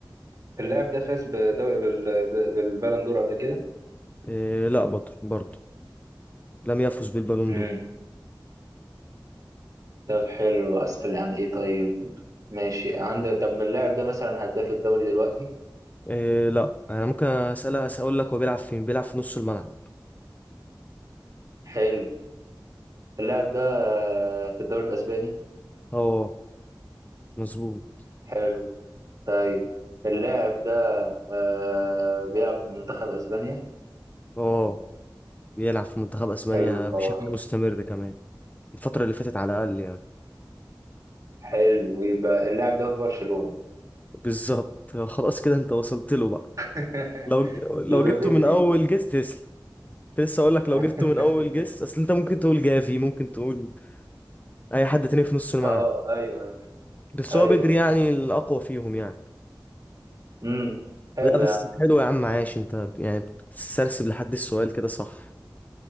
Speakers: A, on the right; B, on the left.
A: اللاعب ده فاز بدوري بال بالبالون دور قبل كده
B: إيه لا بطل برضه لم يفز بالبالون
A: امم
B: دور
A: طب حلو أسأل عن إيه طيب ماشي عند طب اللاعب ده مثلا هداف الدوري دلوقتي
B: إيه لا أنا ممكن أسألها أقول لك هو بيلعب فين بيلعب في نص الملعب
A: حلو اللاعب ده آه، في الدوري الأسباني
B: اه مظبوط
A: حلو طيب اللاعب ده آه، بيلعب منتخب أسبانيا
B: اه بيلعب في منتخب أسبانيا
A: حلو خالص
B: بشكل مستمر كمان الفترة اللي فاتت على الأقل يعني
A: حلو يبقى اللاعب ده في برشلونة
B: بالظبط خلاص كده انت وصلت له بقى
A: <laughs>
B: لو لو
A: يبقى
B: جبته
A: بدري
B: من اول جيس تسلا كنت لسه اقول لك لو
A: <laughs>
B: جبته من اول جيس اصل انت ممكن تقول جافي ممكن تقول اي حد تاني في نص الملعب
A: اه ايوه
B: بس
A: ايوه
B: هو بدري يعني الاقوى فيهم يعني
A: امم حلو
B: لا بس
A: يا عم
B: حلو يا عم عاش انت يعني بتسترسب لحد السؤال كده صح